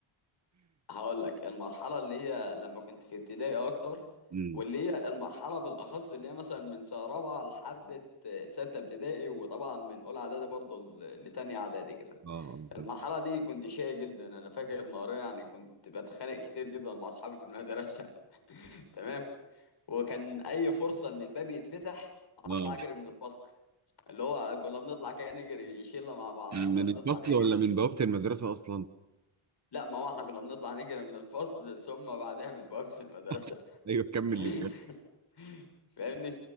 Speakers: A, on the left; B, on the right.
A: هقول لك المرحلة اللي هي لما كنت في ابتدائي أكتر
B: أمم.
A: واللي هي المرحلة بالأخص اللي هي مثلا من سنة رابعة لحد ستة ابتدائي وطبعا من أولى إعدادي برضه ل- لتانية إعدادي كده
B: اه
A: المرحلة
B: طب
A: دي كنت شقي جدا أنا فاكر نهارية يعني كنت بتخانق كتير جدا مع أصحابي في المدرسة <laughs> تمام وكان أي فرصة إن الباب يتفتح
B: اه
A: أطلع أجري من الفصل اللي هو كنا بنطلع كده نجري شلة مع بعضينا
B: من
A: بنطلع
B: الفصل
A: نجري
B: ولا من بوابة المدرسة اصلا
A: لا ما هو احنا كنا بنطلع نجري من الفصل ثم بعدها من بوابة المدرسة
B: <laughs> ايوه كمل
A: <laughs>
B: للآخر
A: فاهمني